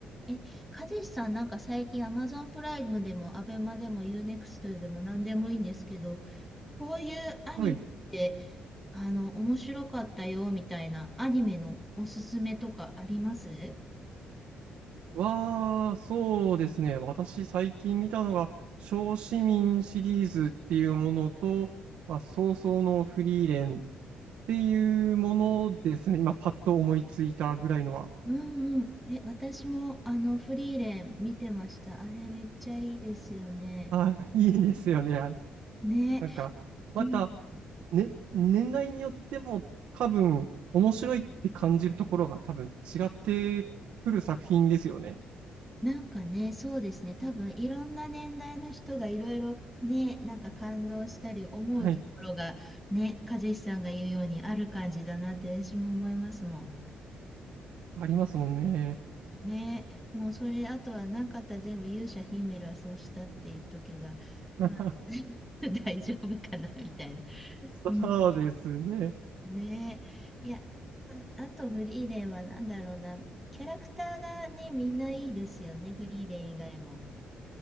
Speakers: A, in the centre; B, on the right.
A: え、かじしさんなんか最近 Amazon プライムでもアベマでもユーネクストでも何でもいいんですけど、こういうアニメで、
B: はい。
A: あの、面白かったよみたいなアニメのおすすめとかあります
B: は、そうですね。私、最近見たのが、小市民シリーズっていうものと、まあ、早々のフリーレンっていうものですね。今、パッと思いついたぐらいのは。
A: うんうん。え、私もあの、フリーレン見てました。あれめっちゃいいですよね。
B: あ、<laughs> いいですよね。あ
A: ね。
B: なんか、また、
A: うん。
B: ね、年代によっても、多分、面白いって感じるところが多分違ってくる作品ですよね。
A: なんかね、そうですね。多分いろんな年代の人がいろいろね、なんか感動したり思うところがね、
B: はい。
A: 和志さんが言うようにある感じだなって私も思いますもん。
B: ありますもんね。
A: ね、もうそれ、あとはなかったら全部勇者ヒメルはそうしたって言っとけば、
B: <laughs>
A: まあ <laughs> 大丈夫かなみたいな。うん、
B: そうですね。
A: ねえいや、あ、あとフリーレンは何だろうな、キャラクターがね、みんないいですよね、フリーレン以外も。